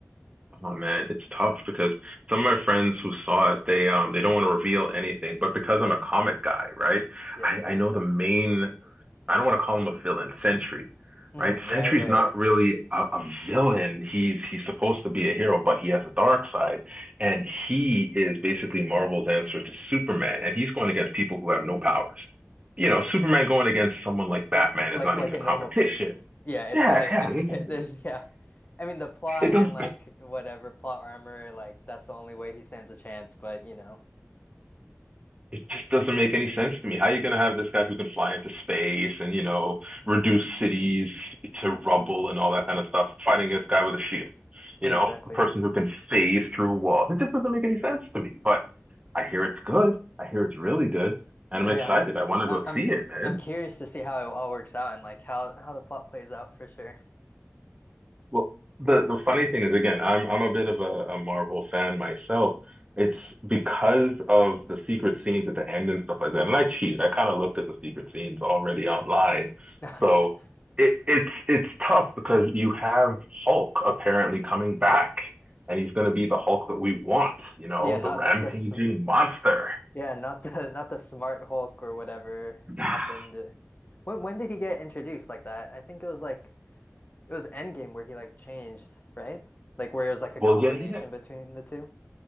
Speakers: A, on the right; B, on the left.
A: Oh man, it's tough because some of my friends who saw it, they um they don't want to reveal anything. But because I'm a comic guy, right?
B: Yeah.
A: I I know the main. I don't want to call him a villain, Sentry,
B: Mhm,
A: right?
B: right,
A: Sentry's
B: right,
A: not
B: right.
A: really a, a villain. He's he's supposed to be a hero, but he has a dark side, and he is basically Marvel's answer to Superman. And he's going against people who have no powers. You know, Superman going against someone like Batman
B: Like like
A: is not
B: like
A: even
B: a
A: a competition.
B: normal person. Yeah, it's
A: Yeah,
B: gonna
A: yeah.
B: it's
A: It,
B: gonna <laughs> there's
A: just,
B: yeah. I mean the plot
A: it does
B: and like whatever plot armor, like that's the only way he stands a chance, but you know.
A: it just doesn't make any sense to me. How are you going to have this guy who can fly into space and, you know, reduce cities to rubble and all that kind of stuff fighting this guy with a shield?
B: Yeah,
A: You know,
B: exactly.
A: a person who can phase through walls. It just doesn't make any sense to me. But I hear it's good. I hear it's really good. And
B: Uh,
A: I'm
B: Yeah.
A: excited. I
B: I,
A: want to go
B: I'm
A: see it, man.
B: I'm curious to see how it all works out and like how how the plot plays out for sure.
A: Well, the the funny thing is, again, I'm I'm a bit of a, a Marvel fan myself. It's because of the secret scenes at the end and stuff like that. And I cheated. I kind of looked at the secret scenes already online.
B: <laughs>
A: So
B: Yeah.
A: it it's it's tough because you have Hulk apparently coming back, and he's going to be the Hulk that we want, you know,
B: Yeah, not
A: the rampaging
B: not this.
A: monster.
B: Yeah, not the <laughs> not the Smart Hulk or whatever
A: <sighs>
B: happened. When when did he get introduced like that? I think it was like it was Endgame where he like changed, right? Like where it was like a
A: Well,
B: combination
A: yeah, yeah.
B: between the 2